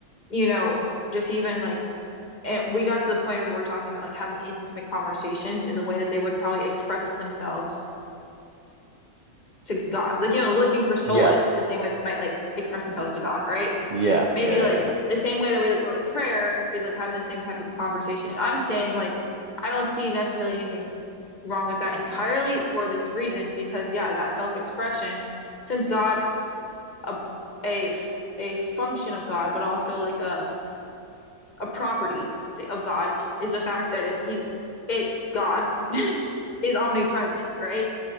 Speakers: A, on the left; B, on the right.
A: you know, just even like and we got to the point of where we're talking about like having intimate conversations in the way that they would probably express themselves to God. Like, you know, looking for solace
B: Yes.
A: the same way they might like express themselves to God, right?
B: Yeah.
A: maybe
B: Yeah.
A: like
B: Yeah. yeah.
A: the same way that we like, go to prayer is like having the same type of conversation. And I'm saying like I don't see necessarily anything wrong with that entirely for this reason because yeah, that self-expression, since God a a a function of God, but also like a a property, let's say, of God is the fact that it he it God <laughs> is omnipresent, right?